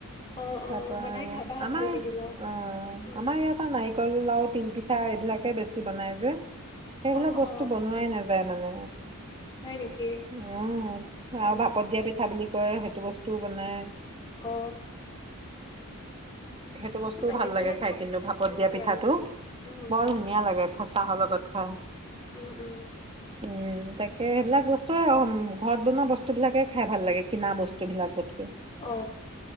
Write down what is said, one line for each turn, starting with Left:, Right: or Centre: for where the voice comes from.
Left: অ
Right: তাৰ
Left: অ
Right: পৰা
Left: বনাই
Right: আৰু
Left: খাবা
Right: আমাৰ
Left: ভাল লাগিব
Right: আহ
Left: উম
Right: আমাৰ ইয়াৰ পা নাৰিকল লাও তিন- পিঠা এইবিলাকে বেছি বনাই যে সেইবিলাক
Left: অ
Right: বস্তু
Left: অ
Right: বনোৱাই নাযায় যাই মানে
Left: হয় নেকি
Right: উ আৰু
Left: উ
Right: ভাপত দিয়া পিঠা বুলি কয় সেইটো বস্তু বনাই
Left: অহ
Right: সেইটো বস্তুও
Left: বেলেগ
Right: ভাল লাগে
Left: বেলেগ
Right: খাই
Left: বস্তু
Right: কিন্তু
Left: হ'লে
Right: ভাপত
Left: ভাল
Right: দিয়া
Left: লাগে
Right: পিঠাটো
Left: আৰু উম
Right: বৰ ধুনীয়া লাগে খচ- চাহৰ লগত খাওঁ।
Left: উম উম
Right: উম তাকে সেইবিলাক বস্তুৱে ঘৰত বনোৱা বস্তুবিলাকে খাই ভাল লাগে কিনা বস্তুবিলাকত
Left: অ